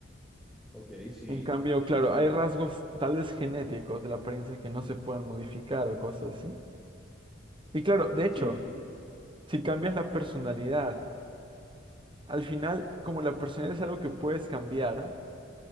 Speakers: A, in the centre; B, on the right.
A: Ok, sí,
B: En cambio,
A: tienes
B: claro,
A: un...
B: hay rasgos tal vez genéticos de la apariencia que no se pueden modificar o cosas así. Y claro, de hecho,
A: Sí,
B: si cambias la personalidad, al final, como la personalidad es algo que puedes cambiar,